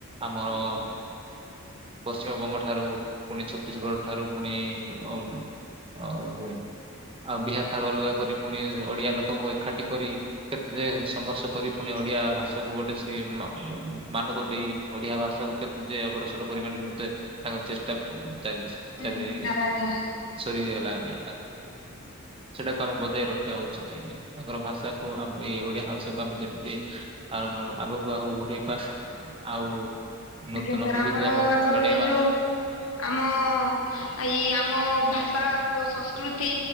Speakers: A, on the right (about 25°); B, on the left (about 75°).
A: ଆମର ପଶ୍ଚିମବଙ୍ଗ ଠାରୁ ପୁଣି ଛତିଶଗଡ ଠାରୁ ପୁଣି ଆଉ ଆଉ ବିହାର ଠାରୁ ଅଲଗା କରି ପୁଣି ଓଡିଆ ଲୋକଙ୍କୁ ଏକାଠି କରି କେତେ ଯେ ସଂଘର୍ଷ କରି ପୁଣି ଓଡିଆ ଭାଷା କୁ ଗୋଟେ ସେ ମା ମାନକ ଦେଇ ଓଡିଆ ଭାଷାକୁ କେତେ ଯେ ଅଗ୍ରସର କରିବା ନିମତେ ତାଙ୍କର ଚେଷ୍ଟା ଚାଲିଚି।
B: ଆଜ୍ଞା।
A: ଚାଲେଇ
B: ସାର୍ ଆଜ୍ଞା
A: ସରିଗଲା ଆଜ୍ଞା। ସେଇଟାକୁ ଆମେ ବଜାଇ ରଖିବା ଉଚିତ ଆଜ୍ଞା ତାଙ୍କର ଭାଷାକୁ ଆମ ଏଇ ଓଡିଆ ଭାଷାକୁ ଆମେ ଯେମିତି ଆର ଆଗକୁ ଆଗକୁ ବଢେଇବା ଆଉ। ନୂତନ
B: ଆଜ୍ଞା ସାର୍
A: ପିଢିକୁ
B: ଆମର
A: ଆମେ
B: ଏବଂ
A: ଜଣେଇବା
B: ଏଇ ଯୋଉ ଆମ ଏଇ ଆମ ଭାଷା ଓ ସଂସ୍କୃ ତି